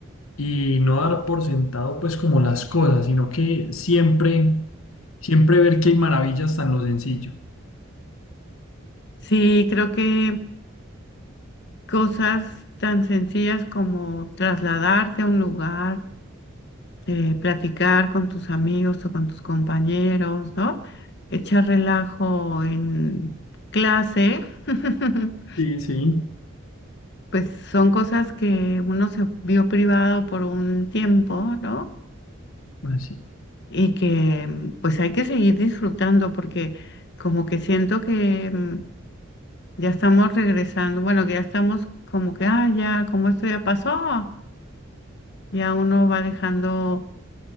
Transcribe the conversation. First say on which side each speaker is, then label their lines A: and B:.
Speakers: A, on the left; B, on the left.
A: y no dar por sentado pues como las cosas, sino que siempre, siempre ver que hay maravillas tan lo sencillo.
B: Sí, creo que cosas tan sencillas como trasladarte a un lugar eh, platicar con tus amigos o con tus compañeros, ¿no? Echar relajo en clase, <laughs>
A: Sí, sí,
B: pues son cosas que uno se vio privado por un tiempo, ¿no?
A: así.
B: Y que mm, pues hay que seguir disfrutando porque como que siento que mm, ya estamos regresando, bueno, que ya estamos como que, ah, ya, como esto ya pasó, ya uno va dejando